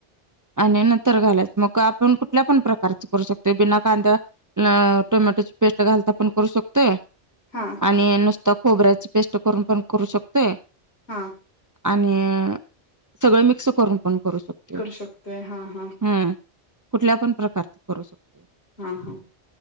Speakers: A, on the right; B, on the left.
A: आणि नंतर घालायचं मग आपण कुठल्या पण प्रकारच करू शकतो बिना कांदा्या टोमॅटो पेट घाल तर पण करू शकतोय
B: हा
A: आणि नुसता खोबऱ्याची पेस्ट करून पण करू शकतोय
B: हा
A: आणि सगळं मिक्स करून पण करू शकतो
B: करू शकतोय हा हा
A: हम्म.. कुठल्या पण प्रकारच करू शकतोय.
B: हा- हा